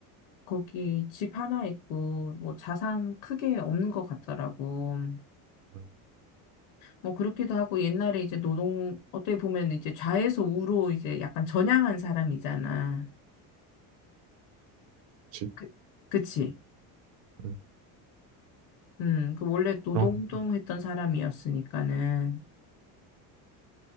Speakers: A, on the left (about 60°); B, on the right (about 75°).
A: 거기 집 하나 있고, 뭐 자산 크게 없는 것 같더라고.
B: 음
A: 뭐 그렇기도 하고, 옛날에 이제 노동, 어떻게 보면 이제 좌에서 우로 이제 약간 전향한 사람이잖아.
B: 그렇지.
A: 그, 그치?
B: 음,
A: 음, 그 원래 노동운동
B: 그런
A: 했던 사람이었으니까는.